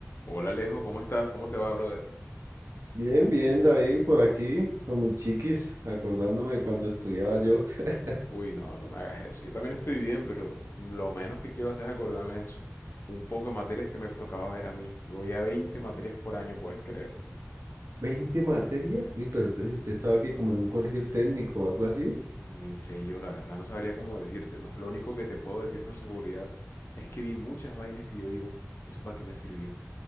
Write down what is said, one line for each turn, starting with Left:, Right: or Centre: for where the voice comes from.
Left: Hola Alejo, ¿cómo estás? ¿Cómo te va, brother?
Right: Bien, bien, David, por aquí, con mis chiquis, acordándome de cuando estudiaba yo. <laughs>
Left: Uy, no, no me hagas eso. Yo también estoy bien, pero lo menos que quiero hacer es acordarme de eso. Un poco de materias que me tocaba ver a mí. Yo voy a 20 materias por año, ¿puedes creer?
Right: veinte materias? Uy, pero entonces usted estaba aquí como en un colegio técnico o algo así.
Left: Ni sé yo, la verdad, no sabría cómo decírtelo. Lo único que te puedo decir con seguridad es que vi muchas vainas que yo digo, ¿eso para qué me sirvió?